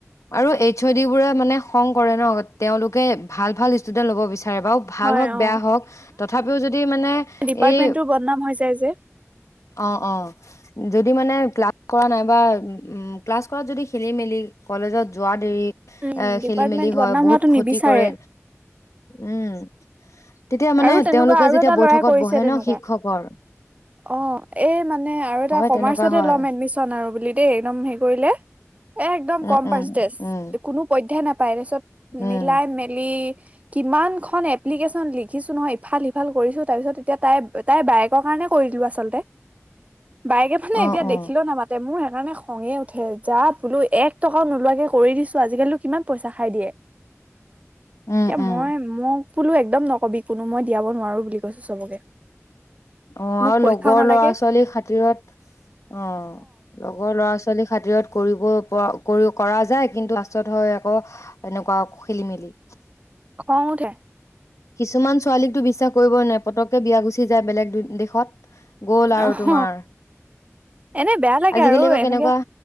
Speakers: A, on the left; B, on the right.
A: আৰু এইচ অ' ড বোৰে মানে খং কৰে ন তেওঁলোকে ভাল ভাল ষ্টুডেন্ট ল'ব বিচাৰে বিচাৰিব ভাল
B: হয়
A: হওক বেয়া
B: অ
A: হওঁক তথাপিও যদি মানে
B: দিপাৰত
A: এই
B: মেনটোৰ বনাম হৈ যায়।
A: অ অ যদি মানে ক্লাছ কৰা নাইবা উ ক্লাছ কৰাত যদি খেলি মেলি কলেজত যোৱা দেৰি
B: উম
A: এ
B: ডিপাৰ্টমেন্ট
A: খেলি মেলি হয়
B: বদনাম
A: বহুত
B: হোৱাটো
A: ক্ষতি
B: নিবিচাৰে
A: কৰে উম তেতিয়া মানে
B: আৰু তেনেকুৱা
A: তেওঁলোকে
B: আৰু
A: যেতিয়া
B: এটা
A: বৈঠকত
B: ল'ৰাই কৰিছে
A: বহে
B: তেনেকোৱা
A: ন শিক্ষকৰ
B: অ এ মানে আৰু
A: হয়
B: কমাৰ্চতে
A: তেনেকুৱা হয়
B: লয় এডমিশ্যন আৰু বুলি দেই হেৰি কৰিলে এক দম
A: উম উম
B: পাটেচ
A: উম
B: বিধ্যানা <unintelligible> তাৰৰপাছত
A: উম
B: মিলাই মেলি কিমান খন এপ্লিকেন লি লিখিছো নহয় ইফাল সিফাল কৰিছো তাৰ পিছত তেতিয়া তাই তাই বায়েকৰ কাৰণে কৰি দো আচলতে বায়েকে মানে
A: অ
B: এতিয়া
A: অ
B: দেখিলেও নামাতে মোৰ হ খঙে উঠে যা বোলো এক টকাও নোলোৱাকে কৰি দিছো আজিকালিনো কিমান পইচা খাই দিয়ে।
A: উম
B: এতিয়া
A: উম
B: মই মোক বোলো একদম নকবি কোনো মই দিয়াব নোৱাৰো বুলি কৈছো। চবকে
A: অ আৰু
B: মোক পইচাও
A: লগৰ
B: নালাগে
A: ল'ৰা ছোৱালীৰ খাতিৰত অ লগৰ ল'ৰা ছোৱালী খাতিৰত কৰিব পৰা কৰি কৰা যায় কিন্তু লাষ্টত হয় আকৌ এনেকুৱা খেলি মেলি।
B: খং উঠে।
A: কিছুমান ছোৱালীকতো বিশ্বাস কৰিবই নোৱাৰে পতককে বিয়া গুচি যায়। বেলেগ দেশত গ'ল আৰু
B: অ
A: তোমাৰ
B: হ এনে বেয়া লাগে
A: আজিকালি
B: আৰু
A: আকৌ
B: এনেকে
A: কেনেকুৱা